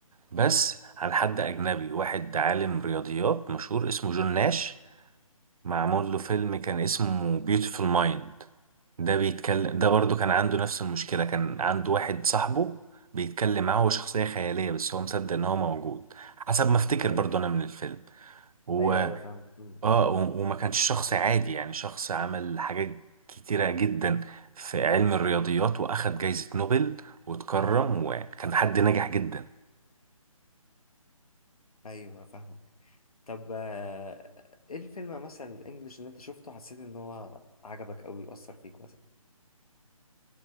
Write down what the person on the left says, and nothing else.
ايوه
ايوه ايوه فاهم مم.
ايوه فاهم طب آه، ايه الفيلم مثلا الانجليش اللي انت شفته حسيت ان هو عجبك قوي واثر فيك مثلا